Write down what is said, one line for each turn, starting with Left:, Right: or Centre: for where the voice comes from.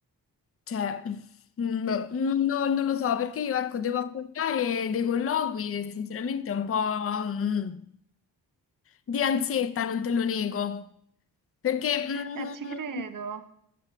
Left: cioè, mm, no- non lo so, perché io ecco devo affrontare dei colloqui e sinceramente è un po' mm, di ansietta, non te lo nego, perché... mm,
Right: Eh, ci credo.